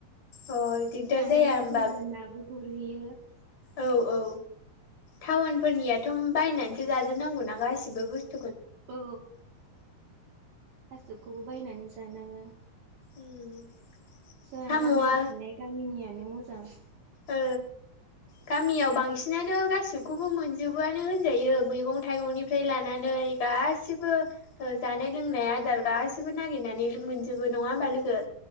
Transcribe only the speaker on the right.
जानो
लुबैबा
नाबो गुरहैयो ।
औ गासिबखौबो बायनानै जानाङो
जोंहा
गामियाव थानाय गामिनियानो मोजां ।